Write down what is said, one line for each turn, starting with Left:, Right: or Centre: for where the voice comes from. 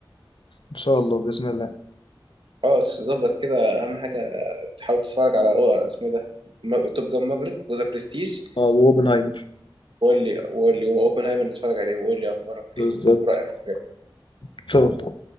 Left: ان شاء الله باذن الله
Right: خلاص ظبط كده اهم حاجه تحاول تتفرج على هو اسمه إيه ده توب جان مافريك وذا برستيج
Left: اه واوبنهايمر
Right: وقول لي وقول لي اوبنهايمر نتفرج عليه وقول لي اخبارك
Left: بالظبط
Right: ايه ورأيك في الحاجات
Left: ان شاء الله